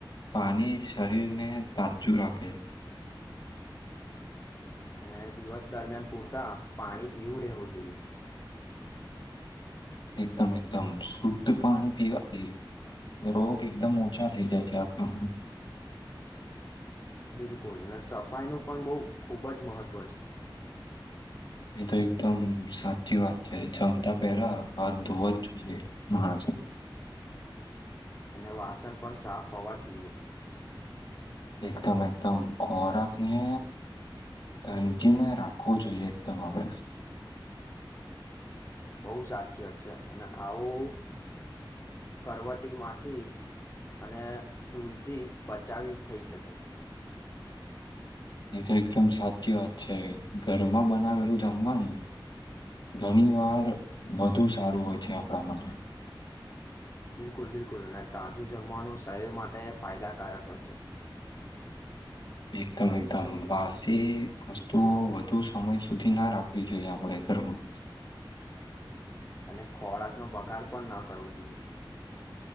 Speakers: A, on the left (about 60°); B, on the left (about 35°).
A: પાણી શરીરને તાચું રાખે
B: અને દિવસ દરમિયાન પૂરતા પાણી પીવું રહેવું જોઈએ
A: એકદમ એકદમ શુદ્ધ પાણી પીવાથી રોગ એકદમ ઓછા થઈ જાય છે આ કામ
B: બિલકુલ અનેને સફાઈનું પણ બહુ ખૂબ જ મહત્વ છે.
A: એ તો એકદમ સાચી વાત છે જમતા પહેલા હ ધોવા જ જોઈએ મહાજ
B: અને વાસન પણ સાફ હોવા જ જોઈએ.
A: એકદમ એકદમ ખોરાક ને ધાનગીને રાખવો જોઈએ એકદમ આપણે
B: બહુ સાચી વાત છે અને આવું કરવટીમાંથી અને ધૂલથી બચાવી થઈ શકે
A: એ તો એકદમ સાચી વાત છે ઘરમાં બનાવેલું જમવાનું ઘણી વાર વધુ સારું હોય છે આપણા માટે
B: બિલકુલ બિલકુલ અને તાજું જમવાનું શરીર માટે ફાયદાકારક હોય છે. <inaudible>
A: એકદમ એકદમ વાસી વસ્તુઓ વધુ સમય સુધી ના રાખવી જોઈએ આપડે ઘરમાં
B: અને ખોરાકનો બગાડ પણ ન કરવો જોઈએ